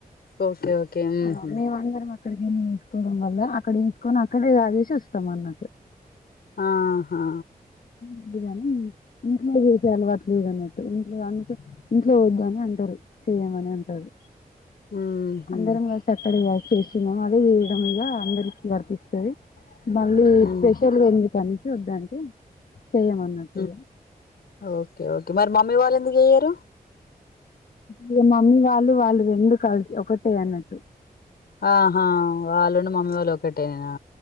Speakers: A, on the left; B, on the left.
A: ఓకే ఓకే ఊహు
B: ఆ మేము అందరం అక్కడికి వెళ్ళి వేసుకోవడం వల్ల అక్కడేంచుకొని అక్కడే తాగేసి వస్తాం అన్నట్టు
A: ఆహా
B: అంతే కాని ఇంట్లో చేసే అలవాట్ లేదు అన్నట్టు ఇంట్లో అంత ఇంట్లో వద్దుని అంటారు చేయ్యమని అంటారు
A: ఊహు
B: అందరం కలిసి అక్కడే చేసింద అదే విధముగా అన్ వర్తిస్తది మళ్ళీ
A: ఊ
B: స్పెషల్గా ఉంది సంచి వద్దంటే చేయమన్నట్టు
A: మ్మ్
B: ఇగ
A: ఓకే ఓకే మరి మమ్మీ వాళ్ళ ఎందుకు చెయ్యారు
B: ఇగ మమ్మీ వాళ్ళు వాళ్ళు ఎందుకు కలిసి ఒకటే అన్నట్టు
A: ఆహా వాళ్ళుండి మమ్మీ వాళ్ళు ఒకటేనా